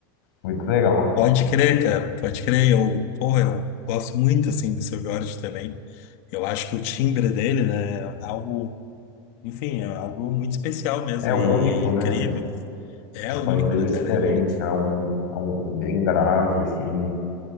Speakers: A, on the left (about 65°); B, on the left (about 45°).
A: Muito legal.
B: Pode crer, cara, pode crer. Eu, porra, eu gosto muito, assim, do seu Jorge também. Eu acho que o timbre dele, né, é algo Enfim, é algo muito especial mesmo
A: É
B: e
A: único,
B: incrível.
A: né?
B: É
A: O
B: único,
A: país dele
B: né,
A: é
B: cara?
A: diferente,
B: É único.
A: é um, é um- é bem grave, assim.